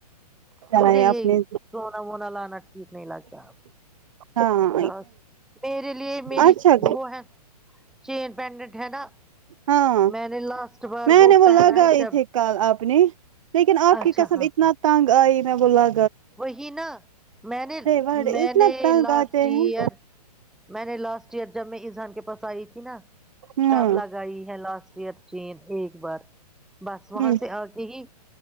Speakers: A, on the right; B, in the centre.
A: چلائے
B: مجھے یہی
A: اپنے
B: سونا وونا لانا ٹھیک نہیں لگتا آب
A: ہاں
B: خ م لیے میری
A: اچھا
B: وہ ہے چین پینڈنٹ ہے نا
A: ہاں
B: میں نے لاسٹ بار
A: میں نے
B: پہنا
A: وہ لگائے
B: ہے جب
A: تھھی کال اپپنی لیکن آپ
B: اچھا
A: کی قسم
B: ہاں
A: اتنا تنگ ا ہی میں بولا
B: وہی نا میں نے
A: وڑے
B: میں
A: اتنا
B: نے
A: تنگ
B: لاسٹ
A: آتے
B: ایئر
A: ہیں
B: میں نے لاسٹ ایئر جب میں اذان کے پاس آئی تھی نا
A: ہاں
B: سب لگائی ہے لاسٹ ایئر چین ایک بار بس وہاں
A: ہ
B: سے آ کے ہی